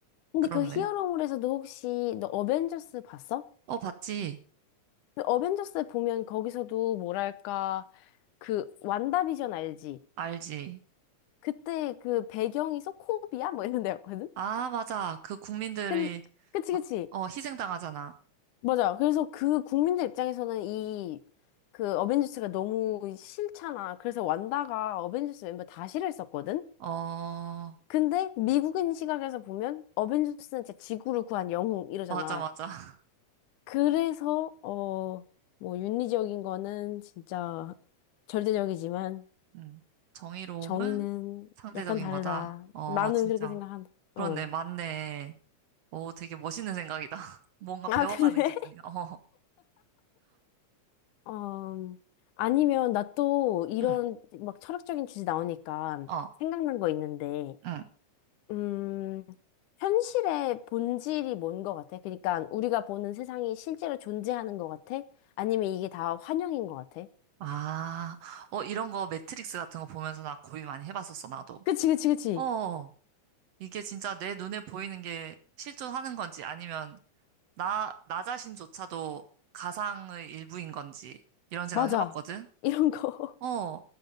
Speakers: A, on the left; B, on the right.
A: 근데
B: <laughs> 그렇네.
A: 그 히어로물에서도 혹시 너 어벤져스 봤어?
B: 어, 봤지?
A: 근데 어벤져스 보면 거기서도 뭐랄까 그 완다비전 알지?
B: 알지?
A: 그때 그 배경이 소코비아 뭐 이런 데였거든?
B: 아, 맞아. 그 국민들이
A: 근 그치
B: 막,
A: 그치.
B: 어, 희생당하잖아.
A: 맞아. 그래서 그 국민들 입장에서는 이 그 어벤져스가 너무 싫잖아. 그래서 완다가 어벤져스 멤버 다 싫어했었거든.
B: 어,
A: 근데 미국인 시각에서 보면 어벤져스는 진짜 지구를 구한 영웅 이러잖아.
B: 맞아, 맞아. <laughs>
A: 그래서 어 뭐 윤리적인 거는 진짜 절대적이지만
B: 응. 정의로움은
A: 정의는
B: 상대적인
A: 약간 다르다.
B: 거다. 어,
A: 나는
B: 진짜.
A: 그렇게 생각한다. 어.
B: 그렇네, 맞네. 오, 되게 멋있는 생각이다. <laughs> 뭔가
A: 아,
B: 배워가는
A: 그래?
B: 기분이야. 어,
A: 음, 아니면 나 또 이런
B: 응,
A: 막 철학적인 주제 나오니까
B: 어,
A: 생각난 거 있는데,
B: 응.
A: 음, 현실의 본질이 뭔 것 같아? 그러니까 우리가 보는 세상이 실제로 존재하는 것 같아? 아니면 이게 다 환영인 것 같아?
B: 아, 어, 이런 거 매트릭스 같은 거 보면서 나 고민 많이 해봤었어, 나도.
A: 그치, 그치, 그치.
B: 어, 이게 진짜 내 눈에 보이는 게 실존하는 건지 아니면 나, 나 자신조차도 가상의 일부인 건지 이런 생각
A: 맞아.
B: 해봤거든?
A: 이런 거.
B: 어,